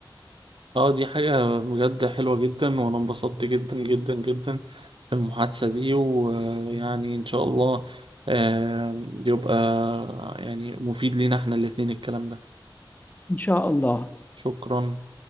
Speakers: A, on the right; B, on the left.
A: اه دي حاجة بجد حلوة جدا وانا انبسطت جدا جدا جدا في المحادثة دي ويعني ان شاء الله آه، يبقى يعني مفيد لينا احنا الاتنين الكلام ده
B: إن شاء الله
A: شكرا